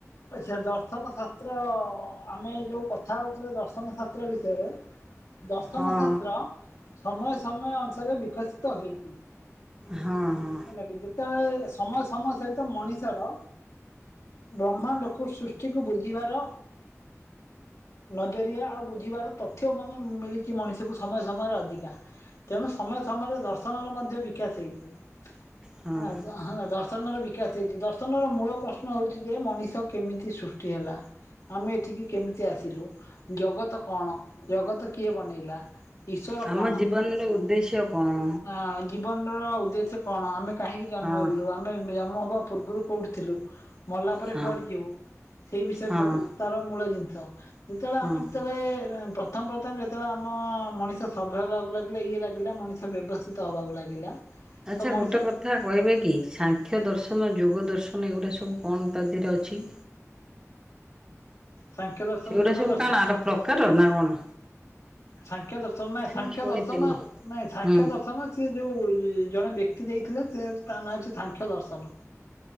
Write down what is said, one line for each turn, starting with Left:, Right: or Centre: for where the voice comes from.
Left: ଆଚ୍ଛା ଦର୍ଶନ ଶାସ୍ତ୍ର ଆମେ ଯୋଉ କଥା ହଉଥିଲେ ଦର୍ଶନ ଶାସ୍ତ୍ର ବିଷୟରେ। ଦର୍ଶନ
Right: ହଁ
Left: ଶାସ୍ତ୍ର ସମୟ ସମୟ ଅନୁସାରେ ବିକଶିତ ହୋଇଛି।
Right: ହଁ ହଁ।
Left: ହେଲାକି ଯେତେବେଳେ ସମୟ ସମୟ ସହିତ ମଣିଷର ବ୍ରହ୍ମାଣ୍ଡକୁ ସୃଷ୍ଟିକୁ ବୁଝିବାର ନଜରିଆ ଆଉ ବୁଝିବାର ତଥ୍ୟ ମାନେ ମିଳିଛି ମଣିଷକୁ ସମୟ ସମୟରେ ଅଧିକା। ତେଣୁ ସମୟ ସମୟରେ ଦର୍ଶନର ମଧ୍ୟ ବିକାଶ ହେଇଛି
Right: ହଁ।
Left: ହେଲା ଆ ହଁ ଦର୍ଶନର ବିକାଶ ହେଇଛି ଦର୍ଶନର ମୂଳ ପ୍ରଶ୍ନ ହେଉଛି ଯେ ମଣିଷ କେମିତି ସୃଷ୍ଟି ହେଲା? ଆମେ ଏଠିକି କେମିତି ଆସିଲୁ ଜଗତ କଣ ଜଗତ କିଏ ବନେଇଲା? ଈଶ୍ୱର
Right: ଆମ
Left: କଣ
Right: ଜୀବନର ଉଦ୍ଦେଶ୍ୟ କଣ?
Left: ଆ ଜୀବନ ର ଉଦ୍ଦେଶ୍ୟ କଣ ଆମେ କାହିଁକି ଜନ୍ମ
Right: ହଁ
Left: ହେଲୁ ଆମେ ଜନ୍ମ ହେବା ପୂର୍ବରୁ କୋଉଠି ଥିଲୁ। ମଲା ପରେ
Right: ହଁ
Left: କୁଆଡେ ଯିବୁ ସେଇ ବିଷୟରେ
Right: ହଁ
Left: ସବୁ ତାର ମୂଳ ଜିନିଷ ଯେତେଏଳେ
Right: ହଁ
Left: ଆମର
Right: ହଁ।
Left: ଯେତେଏଳେ ପ ପ୍ରଥମ ପ୍ରଥମେ ଯେତେବେଳେ ଆମ ମଣିଷ ସଭ୍ୟ ହେବାକୁ ଲାଗିଲା ଇଏ ଲାଗିଲା ମଣିଷ ବ୍ୟବସ୍ଥିତ ହେବାକୁ ଲାଗିଲା।
Right: ଆଚ୍ଛା
Left: ତ ମଣିଷ
Right: ଗୋଟେ କଥା କହିବେ କି ସାଂଖ୍ୟ ଦର୍ଶନ ଯୋଗ ଦର୍ଶନ ଏଗୁରା ସବୁ କଣ ତା ଦେହରେ ଅଛି?
Left: ସାଂଖ୍ୟ ଦର୍ଶନ
Right: ସେଗୁଡା
Left: ଯୋଗ
Right: ସବୁ
Left: ଦର୍ଶନ
Right: କାଣ ଆର ପ୍ରକାର ନା କଣ?
Left: ସାଂଖ୍ୟ ଦର୍ଶନ ନା
Right: ନାଇଁ
Left: ସାଂଖ୍ୟ
Right: ମୁଁ ଶୁଣିଥିଲି
Left: ଦର୍ଶନ ନାଇଁ ସାଂଖ୍ୟ
Right: ହୁଁ
Left: ଦର୍ଶନ ସେ ଯୋଉ ଏ ଜଣେ ବ୍ୟକ୍ତି ଦେଇଥିଲେ ସେ ତା ନାଁ ଅଛି ସାଂଖ୍ୟ ଦର୍ଶନ।